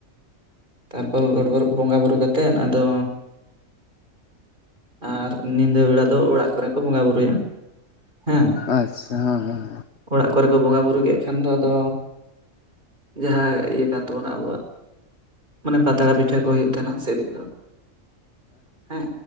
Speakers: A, on the right; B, on the left.
A: ᱛᱟᱨᱯᱚᱨ ᱜᱚᱰ ᱵᱩᱨᱩ ᱵᱚᱸᱜᱟ ᱵᱩᱨᱩ ᱠᱟᱛᱮᱫ ᱟᱫᱚ ᱟᱨ ᱧᱤᱫᱟᱹ ᱵᱮᱲᱟ ᱫᱚ ᱚᱲᱟᱜ ᱠᱚᱨᱮ ᱠᱚ ᱵᱚᱸᱜᱟ ᱵᱩᱨᱩᱭᱟ ᱦᱮᱸ
B: ᱟᱪᱪᱷᱟ ᱦᱮᱸ ᱦᱮᱸ
A: ᱚᱲᱟᱜ ᱠᱚᱨᱮ ᱠᱚ ᱵᱚᱸᱜᱟ ᱵᱩᱨᱩ ᱠᱮᱫ ᱠᱷᱟᱱ ᱫᱚ ᱟᱫᱚ ᱡᱟᱦᱟᱸ ᱤᱭᱟᱹ ᱠᱟᱱ ᱛᱟᱵᱚᱱᱟ ᱟᱵᱚᱣᱟᱜ ᱢᱟᱱᱮ ᱯᱟᱛᱲᱟ ᱯᱤᱴᱷᱟᱹ ᱠᱚ ᱦᱩᱭᱩᱜ ᱛᱟᱦᱮᱱᱟ ᱥᱮᱭ ᱫᱤᱱ ᱫᱚ ᱦᱮᱸ